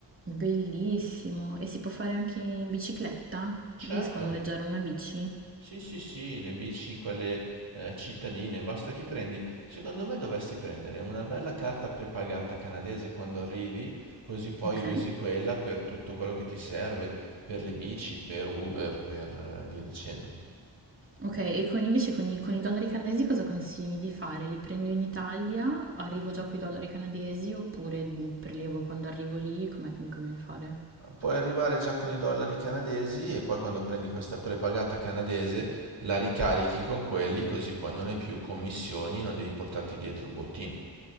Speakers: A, on the right; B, on the right.
A: Bellissimo. E si può fare anche in bicicletta?
B: Certo.
A: Riesco a noleggiare una bici?
B: Sì, sì, sì, le bici, quelle eh, cittadine, basta che prendi. Secondo me dovresti prendere una bella carta prepagata canadese quando arrivi, così poi
A: Ok.
B: usi quella per tutto quello che ti serve, per le bici, per Uber, per eh, via dicendo.
A: Ok, e con- invece con i, con i dollari canadesi cosa consigli di fare? Li prendo in Italia, arrivo già con i dollari canadesi oppure prelevo quando arrivo lì? Com'è che mi conviene fare?
B: Puoi arrivare già con i dollari canadesi e poi quando prendi questa prepagata canadese la ricarichi con quelli, così poi non hai più commissioni, non devi portarti dietro il bottino.